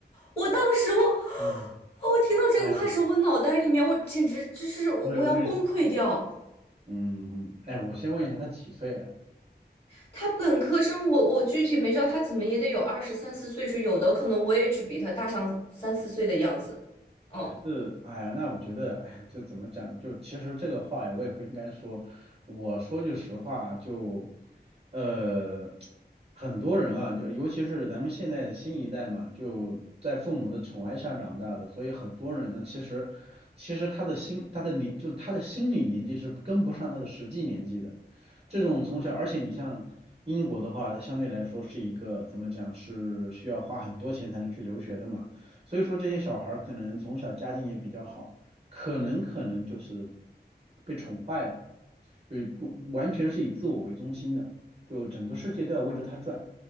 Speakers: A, on the left (about 35°); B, on the right (about 35°).
A: 我当时我。
B: 嗯，
A: 我听到这个话的时候，
B: 哎呀，
A: 我脑袋里面我简直就是我我要崩溃掉。
B: 我也我也，嗯，哎，我先问一下，他几岁啊？
A: 他本科生我，我具体没知道他怎么也得有二十三四岁数，有的可能我也只比他大上三四岁的样子。嗯，
B: 是，哎呀，那我觉得，哎呀，这怎么讲呢？就其实这个话呀，我也不应该说。我说句实话，就，呃，很多人啊，就尤其是咱们现在的新一代嘛，就在父母的宠爱下长大的，所以很多人呢，其实，其实他的心，他的年，就是他的心理年纪是跟不上他的实际年纪的。这种从小，而且你像英国的话，它相对来说是一个怎么讲，是需要花很多钱才能去留学的嘛。所以说这些小孩儿可能从小家境也比较好，可能可能就是被宠坏了，就是不完全是以自我为中心的，就整个世界都要围着他转。